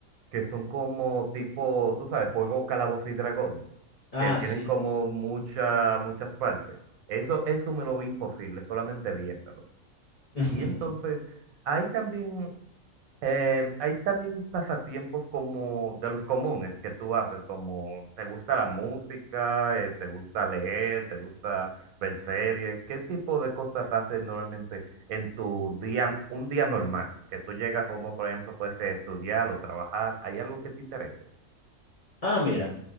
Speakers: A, on the right; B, on the left.
A: que son como tipo, tú sabes, juego Calabozos y Dragones,
B: Ah,
A: que tienen
B: sí.
A: como mucha, muchas partes. Eso, eso me lo veo imposible, solamente viéndolo.
B: <laughs>
A: Y entonces, hay también Eh, hay también pasatiempos como de los comunes que tú haces, como te gusta la música, eh, te gusta leer, te gusta ver series. ¿Qué tipo de cosas haces normalmente en tu día, un día normal? Que tú llegas como, por ejemplo, puedes estudiar o trabajar. ¿Hay algo que te interese?
B: Ah, mira.